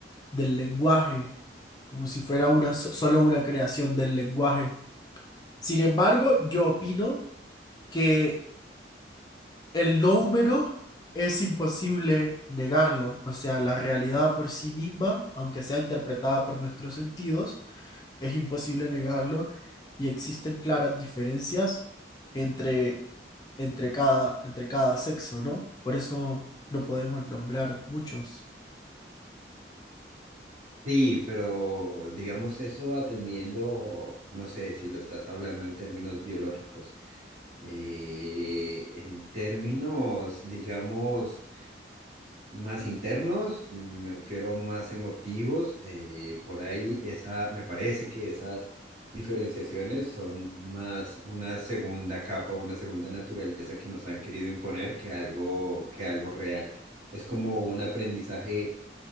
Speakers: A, on the left; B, on the right.
A: del lenguaje como si fuera una, so- solo una creación del lenguaje. Sin embargo, yo opino que el no humano es imposible negarlo, o sea, la realidad por sí misma, aunque sea interpretada por nuestros sentidos, es imposible negarlo y existen claras diferencias entre, entre cada, entre cada sexo, ¿no? Por eso no podemos nombrar muchos.
B: Sí, pero digamos eso atendiendo, no sé si lo estás hablando en términos biológicos, eh, en términos, digamos, más internos, me refiero más emotivos. eh, por ahí esa, me parece que esas diferenciaciones son más una segunda capa, una segunda naturaleza que nos han querido imponer que algo, que algo real. Es como un aprendizaje,